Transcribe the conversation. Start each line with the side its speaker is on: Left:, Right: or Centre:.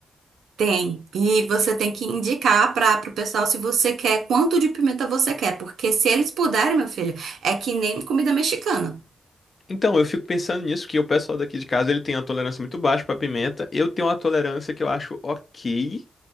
Right: Tem, e você tem que indicar para o pessoal se você quer, quanto de pimenta você quer, porque se eles puderem, meu filho, é que nem comida mexicana.
Left: Então, eu fico pensando nisso, que o pessoal daqui de casa, ele tem uma tolerância muito baixa pra pimenta. Eu tenho uma tolerância que eu acho ok.